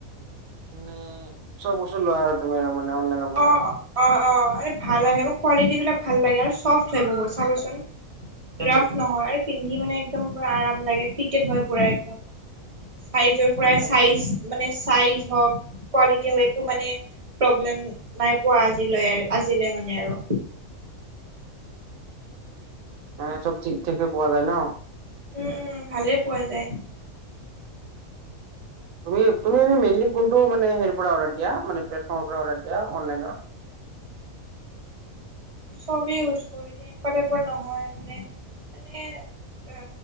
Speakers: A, on the right (about 70°); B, on the right (about 25°).
A: মানে চব বছৰ লোৱা আৰু তুমি আৰু মানে। অনলাইনৰ পৰা
B: অৱ
A: আৰু।
B: অৱ অৱ অ ভাল আহে মোৰ কোৱালিট বিলাক ভাল লাগে আৰু চফ্ট হয় বহুত চাবচোন,
A: উম,
B: ৰাফ নহয় আৰু পিন্ধি মানে একদম পৰা আৰাম লাগে ফিটেড হয় পুৰা একদম। চাইজৰ পৰা
A: উম।
B: চাইজ মানে চাইজ হওক কোৱালিটি হওক একো মানে প্ৰব্লেম নাই পোৱা আজিলৈ আজিলে মানে আৰু
A: হ চব ঠিক ঠিকে পোৱা যায় ন।
B: উম উম ভালে পোৱা যায়।
A: তুমি তুমি এনেই মেইনলি কোনটো মানে সেৰি পৰা অৰ্ডাৰ দিয়া। মানে প্লেটফৰ্মৰ পৰা অৰ্ডাৰ দিয়া অনলাইনৰ।
B: <unintelligible> চবেই ইউজ কৰো এতিয়া এনেকুৱা টাইপৰ নহয় মানে মানে অ